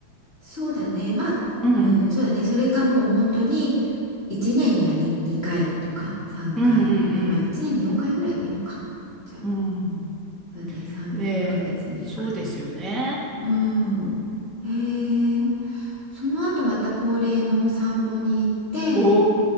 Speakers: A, on the left (about 20°); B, in the centre.
A: そうだね。まあ、
B: うん。
A: うん、そうだね。それかもう本当に1年には2、2回とか3回、
B: うんうん
A: よんいや、まあ1年に4回ぐらいがいいのか。じゃあ、
B: うん。
A: そうだね。3、
B: うん。で、
A: 4ヶ月に1回。
B: そうですよね。
A: うん。へえ。その後また恒例のお散歩に行って、
B: お